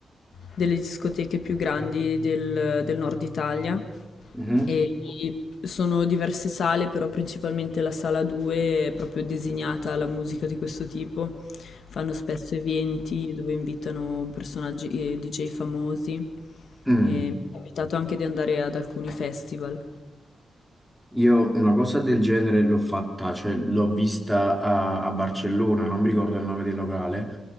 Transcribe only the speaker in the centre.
Mhm.
Mm.
Io una cosa del genere l'ho fatta, cioè l'ho vista a, a Barcellona, non mi ricordo il nome del locale.